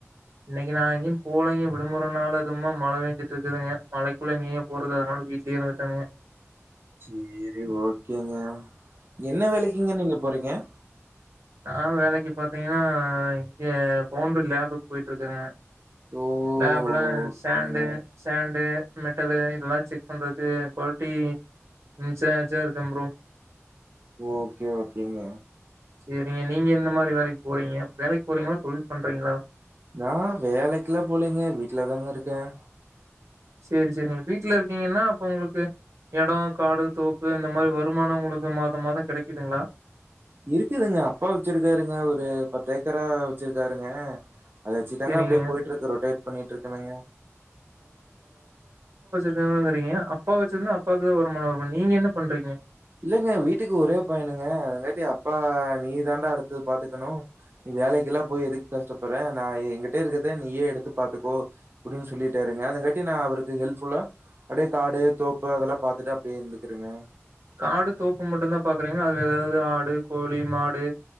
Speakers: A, on the right; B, on the right.
A: இன்னைக்கு நான் அங்கேயும் போலங்கயும் விடுமுறைனால அதுமா மழை பெஞ்சிட்டு இருக்குதுங்க மழைக்குள்ள நீயும் போறது அதனால வீட்லயே இருக்கணுங்க
B: சேரி ஓகேங்க என்ன வேலைக்குங்க நீங்க போறீங்க <inaudible>
A: நான் வேலைக்கு பாத்தீங்கன்னா இங்க பவுண்டூர் லேபுக்கு போயிட்டு இருக்கேங்க
B: ஓ
A: லேப்புல
B: ஓகேங்க
A: சாண்டு சாண்டு மெட்டல் இது இல்லா செக் பண்றது குவாலிட்டிஇ்சஜார் கம்பரு
B: ஓகே ஓகேங்க
A: சரிங்க நீங்க இந்த மாதிரி வேலைக்கு போறீங்க வேலைக்கு போறீங்களா தொழில் பண்றீங்களா
B: நான் வேலைக்கேல்லாம் போலீங்க வீட்லதாங்க இருக்கேன்
A: சரி சரிங்க வீட்டுல இருக்கீங்கன்னா அப்ப உங்களுக்கு இடம் காடு தோப்பு இந்த மாதிரி வருமானம் உங்களுக்கு மாதம் மாதம் கிடைக்குதுங்களா
B: இருக்குதுங்க அப்பா வச்சிருக்காருங்க ஒரு பத்து ஏக்கரா வச்சிருக்காருங்க அத வச்சுத்தாங்க
A: சேரிங்க
B: அப்படியே போயிட்டு இருக்கு ரொட்டேட் பண்ணிட்டு இருக்காங்க
A: ங்கறீங்க அப்பா வச்சிருந்தா அப்பாக்குதா வருமான வரு நீங்க என்ன பண்றீங்க
B: இல்லங்க வீட்டுக்கு ஒரே பயனுங்க அதங்காட்டி அப்பா நீ தாண்டா அடுத்து பாத்துக்கணு நீ வேலைக்குல்லா போய் எதுக்கு கஷ்டப்படுற நா எங்கிட்டே இருக்குறத நீயே எடுத்து பாத்துக்கோ அப்படின்னு சொல்லிட்டாருங்க அதுங்காட்டி நா அவருக்கு ஹெல்ப்ஃபுல்லா அப்படியே காடு தோப்பு அதெல்லா பாத்துட்டு அப்படியே இருந்துக்குருங்க
A: காடு தோப்பு மட்டு தா பாக்குறீங்கன்னா அதுல ஏதாவது ஆடு கோழி மாடு